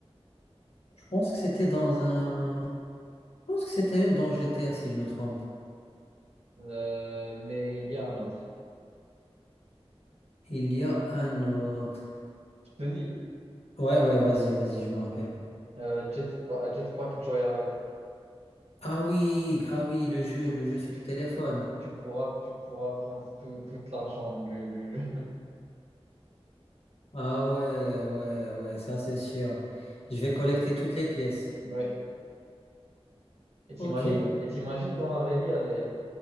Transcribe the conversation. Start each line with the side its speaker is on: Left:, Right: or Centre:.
Left: je pense que c'était dans un je pense que c'était même dans GTA si je me trompe.
Right: Euh, mais il y a un autre.
Left: Il y a un autre.
Right: Je te dis,
Left: Ouais ouais, vas-y, vas-y, je me rappelle pas.
Right: euh, jetpa- euh, jetpack Joyride.
Left: Ah oui, ah oui, le jeu,
Right: Tu,
Left: le jeu sur
Right: tu,
Left: téléphone.
Right: tu pourras, tu pourras prendre tout, tout l'argent du, du jeu. <laughs>
Left: Ah ouais, ouais, ouais, ça c'est sûr. Je vais collecter toutes les pièces.
Right: Oui. Et t'imagines,
Left: OK, ok.
Right: et t'imagines dans la vraie vie, elle est-